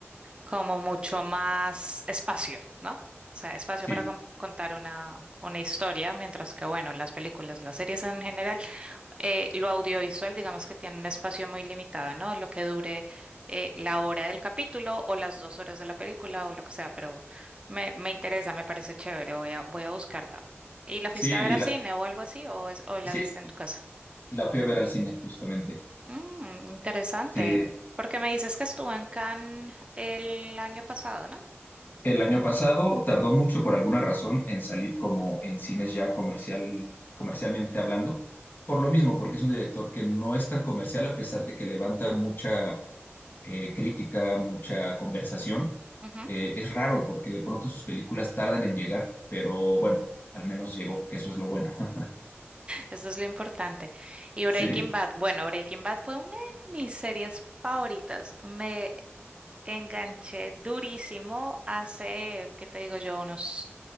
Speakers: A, on the right; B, on the left.
A: como mucho más espacio, ¿no? O sea, espacio
B: Sí,
A: para con- contar una, una historia, mientras que bueno, las películas, las series en general. eh, lo audiovisual, digamos que tiene un espacio muy limitado, ¿no? Lo que dure eh, la hora del capítulo o las dos horas de la película o lo que sea, pero me, me interesa, me parece chévere, voy a, voy a buscarla. ¿Y la fuiste
B: sí, y
A: a ver a
B: la,
A: cine o algo así o, es- o la
B: sí,
A: viste en tu casa?
B: La fui a ver al cine, justamente.
A: Mm, interesante,
B: Sí.
A: porque me dices que estuvo en Cannes el año pasado, ¿no?
B: El año pasado tardó mucho por alguna razón en salir como en cines ya comercial, comercialmente hablando, por lo mismo, porque es un director que no es tan comercial a pesar de que levanta mucha eh, crítica, mucha conversación.
A: Ujú,
B: Eh, es raro porque de pronto sus películas tardan en llegar, pero bueno, al menos llegó, que eso es lo bueno. <laughs>
A: Eso es lo importante. Y Breaking
B: Sí,
A: Bad, bueno, Breaking Bad fue una de mis series favoritas. Me Enganché durísimo hace, ¿qué te digo yo? Unos